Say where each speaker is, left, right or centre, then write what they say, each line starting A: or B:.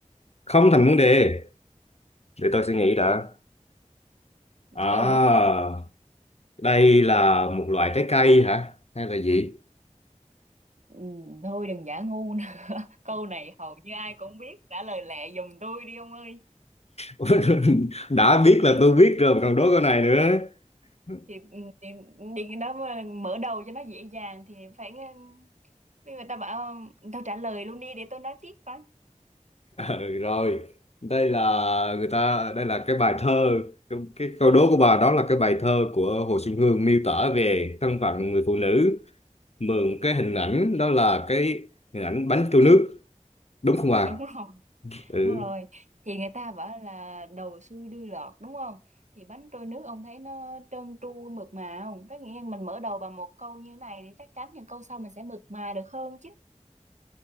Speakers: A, on the left (about 55°); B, on the right (about 65°).
A: không thành vấn đề để tôi suy nghĩ đã à
B: cái ủa
A: Đây là một loại trái cây hả? Hay là gì?
B: ừ, thôi đừng giả ngu nữa <laughs> câu này hầu như ai cũng biết trả lời lẹ giùm tôi đi ông ơi
A: <laughs> Đã biết là tôi biết rồi mà còn đố câu này nữa. <laughs>
B: thì ừ, thì điền cái đó mà mở đầu cho nó dễ dàng thì phải ừ, bây người ta bảo tao trả lời luôn đi để tôi nói tiếp coi
A: Ừ, rồi. Đây là người ta đây là cái bài thơ cái, cái câu đố của bà đó là cái bài thơ của Hồ Xuân Hương miêu tả về thân phận người phụ nữ mượn cái hình ảnh đó là cái hình ảnh bánh trôi nước đúng không bà?
B: <laughs> đúng rồi
A: Ừ.
B: đúng rồi thì người ta bảo là đầu xuôi đuôi lọt đúng không thì bánh trôi nước ông thấy nó trơn tru mượt mà không tất nhiên mình mở đầu bằng một câu như này thì chắc chắn những câu sau mình sẽ mượt mà được hơn chứ